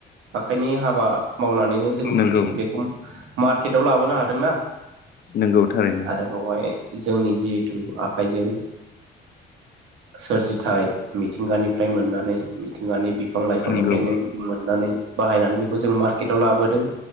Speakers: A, on the right (about 75°); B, on the left (about 55°).
A: आखाइनि हाबा मावनानैनो जों
B: नंगौ
A: बेखौ मारकेटाव लाबोनो हादोंना
B: नंगौ थारैनो
A: आरो बेवहाय जोंनि जि थु आखाइजों सोरजि थाइ मिथिंगानिफ्राय मोननानै मिथिंगानि बिफां लाइफांनिफ्रायनो
B: नंगौ
A: मोननानै बाहायनानै बेखौ जों मार्केटआव लाबोदों